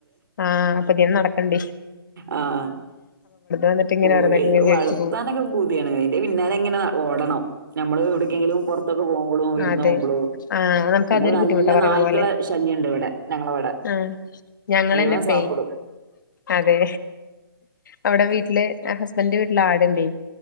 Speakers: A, on the left; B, on the right.
A: ആഹ് പ്പത്യേനെ നടക്ക്ണ്ട്
B: ആഹ്
A: വന്നിട്ട് ഇങ്ങനെ
B: കോഴി
A: ഓരോന്നൊക്കെ ഇങ്ങനെ കഴിച്ചു
B: വളത്താനൊ
A: പോവും
B: ക്കെ പൂതിയാണ്. അയിന്റെ പിന്നാലെ ങ്ങനെ ഓടണം. ഞമ്മള് എവിട്ക്കെങ്കിലും പൊറത്തൊക്കെ പോകുമ്പൊളും വിരുന്നോവ്മ്പളും
A: ആ അതെ ആഹ് നമുക്ക്
B: പിന്നെ
A: അതൊരു
B: ഇവടെ
A: ബുദ്ധിമുട്ടാ
B: നല്ല
A: പറയണ
B: നായ്ക്കളെ
A: പോലെ
B: ശല്യണ്ട് ഇവടെ ഞങ്ങളവടെ.
A: ആഹ് ഞങ്ങളന്നെപ്പേ
B: മുയുവൻ സാപ്പിടു.
A: അതെ അവിടെ വീട്ടില് ഹസ്ബൻന്റെ വീട്ടില് ആടുണ്ടെ